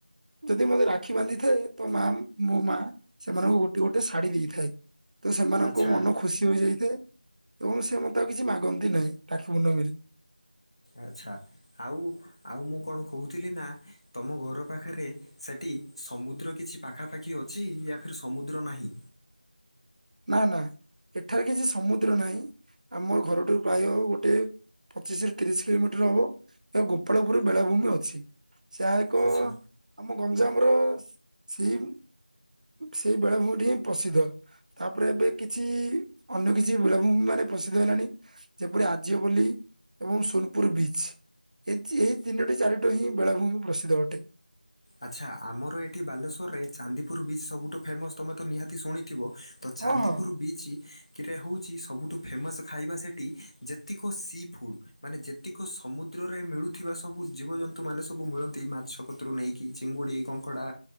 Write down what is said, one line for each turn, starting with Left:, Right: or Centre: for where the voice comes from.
Right: ଯଦି ମୋତେ ରାକ୍ଷୀ ବାନ୍ଧି ଥାଏ ତ ମା ମୋ ମା ସେମାନଙ୍କୁ ଗୋଟେ ଗୋଟେ ଶାଢୀ ଦେଇଥାଏ। ତ ସେମାନଙ୍କୁ
Left: ଆଚ୍ଛା
Right: ମନ ଖୁ ଖୁସି ହୋଇଯାଇଥାଏ ଏବଂ ସେ ମତେ ଆଉ କିଛି ମାଗନ୍ତି ନାହିଁ ତାକୁ ମୁୁନ ମିିଲ।
Left: ଆଚ୍ଛା। ଆଉ ଆଉ ମୁଁ କଣ କହୁଥିଲି ନା ତମ ଘର ପାଖରେ। ସେଠି ସମୁଦ୍ର କିଛି ପାଖାପାଖି ଅଛି ୟା ଫିର ସମୁଦ୍ର ନାହିଁ।
Right: ନା ନା ଏଠାରେ କିଛି ସମୁଦ୍ର ନାହିଁ ଆମ ଘରଠୁ ପ୍ରାୟ ଗୋଟେ। ପଚିଶ ରରେ ତିରିଶ କିଲୋମିଟର ହବ ଏକ ଗୋପାଳପୁର ବେଳାଭୂମି ଅଛି ସେ଼ହା ଏକ।
Left: ଆଚ୍ଛା
Right: ଆମ ଗଞ୍ଜାମର ସେଇ ସେଇ ବେଳାଭୂମି ଟି ହିଁ ପ୍ରସିଦ୍ଧ। ତାପରେ ଏବେ କିଛି ଅନ୍ୟ କିଛି ବୁଳାଭୂମି ମାନେ ପ୍ରସିଦ୍ଧ ହେଲାଣି। ଯେପରି ଆର୍ଯ୍ୟ ପଲି ଏବଂ ସୋନପୁର ବିଚ୍। ଏଇ ଚି ଏଇ ତିନୋଟି ଚାରିଟ ହିଁ ବେଳାଭୂମି ପ୍ରସିଦ୍ଧ ଅଟେ।
Left: ଆଚ୍ଛା ଆମର ଏଠି ବାଲେଶ୍ୱରରେ ଚାନ୍ଦିପୁର ବିଚ୍ ସବୁଠୁ ଫେମସ୍ ତୁମେ ତ ନିହାତି ଶୁଣିଥିବ। ତ ଚାନ୍ଦିପୁର
Right: ହଁ ହଁ
Left: ବିଚ୍। ରେ ହେଉଛି ସବୁଠୁ ଫେମସ୍ ଖାଇବା ସେଠି ଯେତିକ ସି ଫୁଡ଼୍। ମାନେ ଯେତିକ ସମୁଦ୍ରରେ ମିଳୁଥିବା ସବୁ ଜୀବଜନ୍ତୁ ମାନେ ସବୁ ମିଳନ୍ତି ମାଛ କତୁରୁ ନେଇକି। କି ଚିଙ୍ଗୁଡ଼ି କଙ୍କଡ଼ା